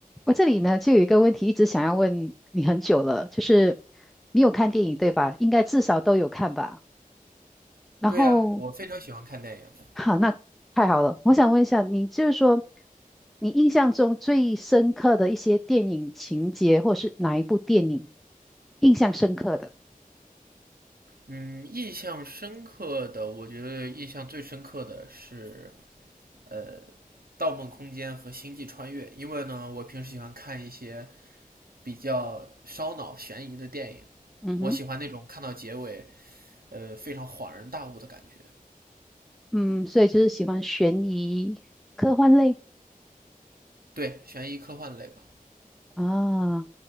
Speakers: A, in the centre; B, on the right.
A: 我这里呢，就有一个问题一直想要问你很久了，就是你有看电影对吧？应该至少都有看吧。然后，
B: 对呀，我非常喜欢看电影的。
A: 哈，那太好了。我想问一下，你就是说，你印象中最深刻的一些电影情节，或是哪一部电影印象深刻的？
B: 嗯，印象深刻的，我觉得印象最深刻的是呃，《盗梦空间》和《星际穿越》，因为呢，我平时喜欢看一些比较烧脑悬疑的电影，
A: 嗯哼，
B: 我喜欢那种看到结尾呃非常恍然大悟的感觉。
A: 嗯，所以就是喜欢悬疑、科幻类
B: 对，悬疑科幻类吧，
A: 啊。